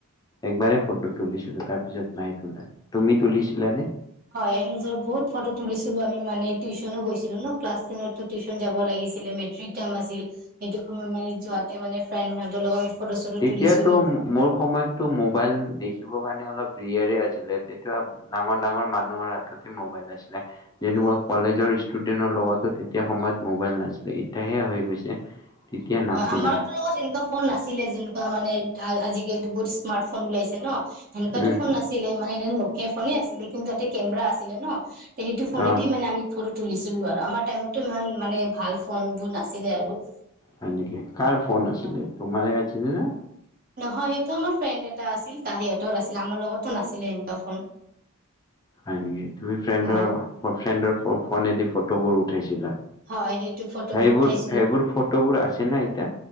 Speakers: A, on the left (about 20°); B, on the right (about 45°).
A: একবাৰে ফটো তুলিছিলোঁ তাৰ পিছত নাই তোলা। তুমি তুলিছিলানে?
B: হয়, আমি যে বহুত ফটো তুলিছিলোঁ, আমি মানে টিউচনো গৈছিলোঁ ন' ক্লাছ টেইনতটো টিউচন যাব লাগিছিলে, মেট্ৰিক টাইম আছিল, সেইটো সময়ত মানে যোৱাতে মানে ফ্ৰেণ্ড সিহঁতৰ লগত ফটো চটো
A: তেতিয়া
B: তুলিছিলো
A: তো মোৰ সময়তটো মোবাইল দেখিবৰ কাৰণে অলপ ৰিয়েৰে আছিলে তেতিয়া ডাঙৰ ডাঙৰ মানুহৰ হাততে মোবাইল আছিলে। যেনেকুৱা
B: হয় হয়
A: কলেজৰ ষ্টুডেন্টৰ লগতো তেতিয়া সময়ত মোবাইল নাছিলে, এতিয়াহে হৈ গৈছে। তেতিয়া নাছিলে
B: হয় আমাৰোটো লগত তেনেকুৱা ফোন নাছিলে যেনেকুৱা মানে আজিকালিটো বহুত স্মাৰ্ট ফোন ওলাইছে ন' হেনেকুৱাটো
A: উম
B: ফোন নাছি ছিলে মানে, এনে নোকীয়া ফোনে আছিলে কিন্তু তাতে কেমেৰা আছিলে ন' তে সেইটো ফোনেদি
A: অ
B: মানে আমি ফটো তুলিছিলোঁ আৰু, আমাৰ টাইমতটো ইমান মানে ভাল ফোনবোৰ নাছিলে আৰু।
A: হয় নেকি, কাৰ ফোন আছিলে,
B: হয়।
A: তোমাৰেই আছিলেনে?
B: নহয় সেইটো আমাৰ ফ্ৰেণ্ড এটা আছিল তাৰ সিহঁতৰ আছিলে। আমাৰ লগতো নাছিলে এনেকুৱা ফোন।
A: হয়' নেকি, তুমি ফ্ৰেণ্ডৰ
B: হয়
A: ফ্ৰেণ্ডৰ ফোনেদি ফটোবোৰ উঠাইছিলা?
B: হয়, সেইটো ফটোবোৰ
A: সেইবোৰ
B: উঠাইছিলো
A: সেইবোৰ ফটোবোৰ আছেনে এতিয়া?